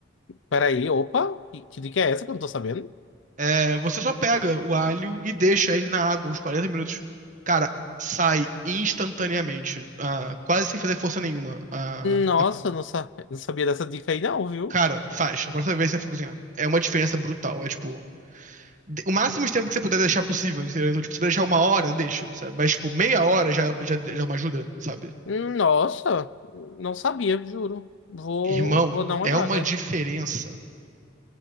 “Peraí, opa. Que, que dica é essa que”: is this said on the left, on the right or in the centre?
Left